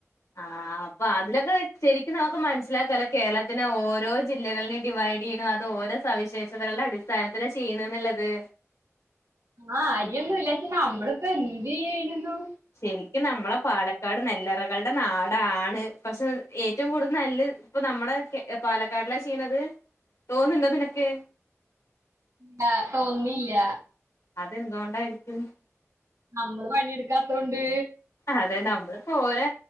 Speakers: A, on the left (about 70°); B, on the right (about 80°).
A: ആ അപ്പൊ അതിലൊക്കെ ശരിക്കും നമുക്ക് മനസ്സിലാക്കല്ലോ കേരളത്തിലെ ഓരോ ജില്ലകളും ഡിവൈഡ് വീണ തോ ഓരോ സവിശേഷതകളുടെ അടിസ്ഥാനത്തിൽ ചെയ്യണെന്ന്ള്ളത്
B: ആ അര്യൊന്നും ഇല്ലാച്ചാ നമ്മളിപ്പോ എന്ത്യ്യായിരുന്നു
A: ശരിക്കും നമ്മളെ പാലക്കാട് നെല്ലറകളുടെ നാടാണ് പക്ഷെ ഏറ്റവും കൂടുതൽ നെല്ലെ ഇപ്പൊ നമ്മടെ പാലക്കാടിലാ ചെയ്യണത് തോന്ന്ണ്ടതിനൊക്കെ
B: ല്ല തോന്നിണില്ല
A: അതെന്തോണ്ടായിരിക്കും
B: നമ്മള് പണിടുക്കാത്തൊണ്ട്
A: അതെ നമ്മള് പോര